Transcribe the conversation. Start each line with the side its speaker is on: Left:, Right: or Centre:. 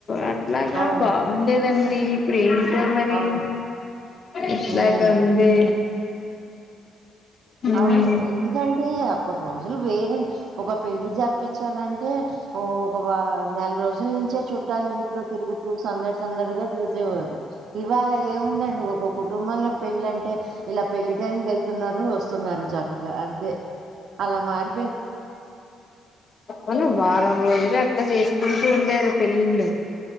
Left: అట్లాగా
Right: అవును.
Left: బాగుండేదండి ఏంటో మరి
Right: అవును.
Left: ఇట్లాగ
Right: హ్మ్.
Left: ఉంది ఉమ్
Right: అవును ఎందుకంటే అప్పుటి రోజులు వేరే ఒక పెళ్ళి జరిపించాలంటే టె ఒక నెల రోజుల నుంచే చుట్టాలు ఇంట్లో తిరుగుతూ సందడి సందడిగా చేసె వారుఇవాళ ఏముందండి ఒక కుటుంబంలో పెళ్ళ అంటే ఇలా పెళ్లి టైం కి వెళ్తున్నారు వస్తు న్నారు చక్కగా అంతే అలా మారి
Left: అవును వారం రోజులు అట్లా చేసుకుంటూ ఉండేరు పెళ్ళిళ్ళు